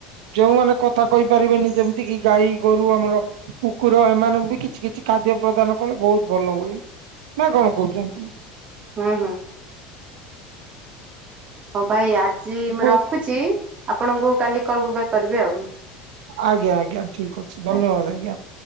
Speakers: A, on the right; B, on the right.
A: ଯୋଉମାନେ କଥା କହିପାରିବେନି ଯେମିତି କିି ଗାଈ, ଗୋରୁ ଆମର କୁକୁର ଏମାନଙ୍କୁ ବି କିଛି କିଛି ଖାଦ୍ୟ ପ୍ରଦାନ କଲେ ବହୁତ ଭଲ ହୁଏ ନା କଣ କହୁଚନ୍ତି?
B: ହୁଁ ହୁଁ। ହଁ ଭାଇ ଆଜି ମୁଁ
A: ବହୁତ
B: ରଖୁଛଚି ଆପଣଙ୍କୁ କାଲି କଲ ବ୍ୟାକ୍ କରିବି ଆଉ।
A: ଆଜ୍ଞା ଆଜ୍ଞା ଠିକ ଅଛି
B: ଆଜ୍ଞା।
A: ଧନ୍ୟବାଦ ଆଜ୍ଞା।